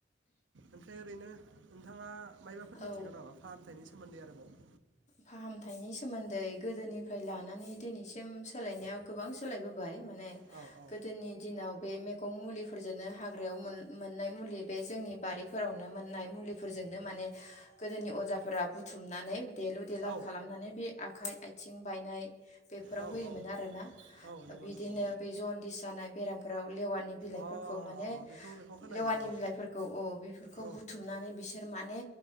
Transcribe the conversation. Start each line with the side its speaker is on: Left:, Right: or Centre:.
Right: ओमफ्राय? ओरैनो नोंथाङा मायबाफोर
Left: औ
Right: मिथिगौ नामा फाहामथायनि सोमोन्दै आरोबाव
Left: फाहामथाइनि सोमोन्दै गोदोनिफ्राय लानानै दिनैसिम सोलायनायाव गोबां सोलायबोबाय मान ने
Right: औ औ
Left: गोदोनि दिनाव बे मैगं मुलि फोरजोंनो हाग्रायाव मोननाय मुलि बे जोंनि बारिफोरावनो मोन नाय मुलिफोरजोंनो माने गोदोनि अजाफोरा बुथुमनानै देलु देला
Right: औ
Left: खालामनानै बे आखाइ आइ आथिं बायनाय बेफोराव
Right: औ
Left: होयोमोन
Right: औ
Left: आरोना।
Right: औ नंगौ
Left: बिदिनो
Right: नंगौ
Left: बे जनदिस जानाय बेरामफोराव लेवानि बिलाइफोरखौ
Right: औ अ
Left: माने
Right: अ बेखौ बेखौ खोनायो
Left: लेवानि
Right: औ
Left: बिलाइफोरखौ औ बेफोरखौ
Right: औ
Left: बुथुमनानै बिसोर माने